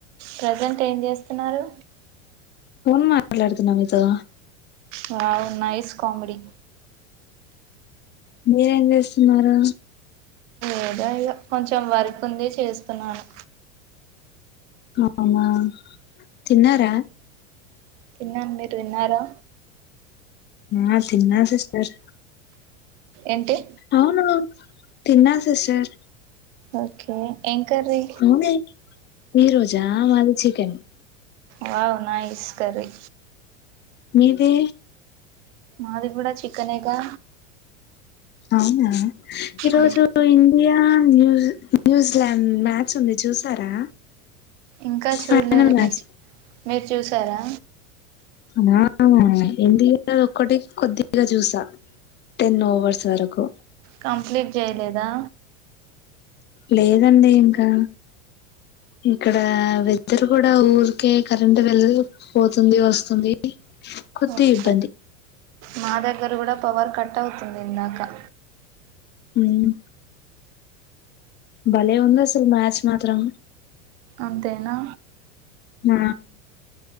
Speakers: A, on the right; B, on the left.
A: ప్రజెంట్ ఏం చేస్తున్నారు
B: ఫోన్ మాట్లాడుతున్నా మీతో
A: వావ్ నైస్ కామెడి
B: మీరేం చేస్తున్నారు
A: ఏదో ఇలా కొంచెం వర్క్ ఉంది చేస్తున్నాను
B: అ <unintelligible> తిన్నార
A: తిన్నాను మీరు తిన్నారా
B: ఆ తిన్న సిస్టర్
A: ఏంటి
B: అవును తిన్నా సిస్టర్
A: ఓకే ఎం కర్రీ
B: అవునే ఈ రోజా మాది చికెన్
A: వావ్ నైస్ కర్రీ
B: మీదే
A: మాది కూడా చికెనేగా
B: అవునా ఈ రోజు
A: ఉ
B: ఇండియా ఆ న్యూ న్యూజిలాండ్ మ్యాచ్ ఉంది చూసారా
A: ఇంకా చూడలేదండి
B: ఫైనల్ మ్యాచ్
A: మేమ్ మీరు చూసారా
B: మా ఆ ఉమ్ ఇండియాది ఒకటి కొద్దిగా చూసా టెన్ ఓవర్స్ వరకు
A: కంప్లిట్ చేయలేదా
B: లేదండి ఇంకా ఇక్కడ వెదర్ కూడా ఊరికే కరెంట్ వేళలు పోతుంది వస్తుంది కొద్ది
A: ఓకే
B: ఇబ్బంది
A: మా దగ్గర కుడా పవర్ కట్ అవుతుంది ఇందాక
B: ఉమ్ భలే ఉందెసలు మ్యాచ్ మాత్రం
A: అంతేనా
B: ఆ